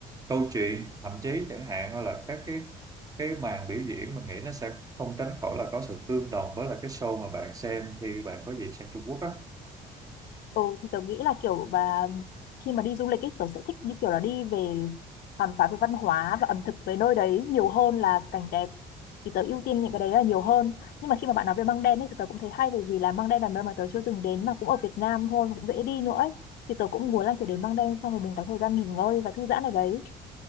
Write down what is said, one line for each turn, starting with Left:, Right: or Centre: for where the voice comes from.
Right: câu chuyện thậm chí chẳng hạn hoặc là các cái cái màn biểu diễn mình nghĩ nó sẽ không tránh khỏi là có sự tương đồng với là cái show mà bạn xem khi bạn có dịp sang Trung Quốc á
Left: ừ thì tớ nghĩ là kiểu bà khi mà đi du lịch ấy tớ sẽ thích như kiểu là đi về khám phá về văn hóa và ẩm thực về nơi đấy nhiều hơn là cảnh đẹp thì tớ ưu tiên những cái đấy là nhiều hơn nhưng mà khi mà bạn nói về Măng Đen ấy thì tớ cũng thấy hay bởi vì là Măng Đen là nơi mà tớ chưa từng đến mà cũng ở Việt Nam thôi cũng dễ đi nữa ấy thì tớ cũng muốn là kiểu đến Măng Đen xong rồi mình có thời gian nghỉ ngơi và thư giãn ở đấy